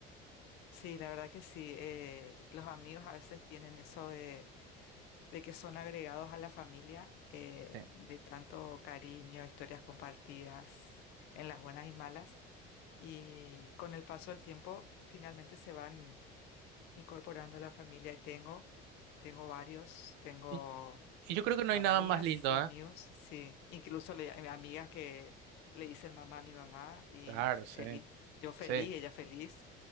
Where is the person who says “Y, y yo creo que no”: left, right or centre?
Right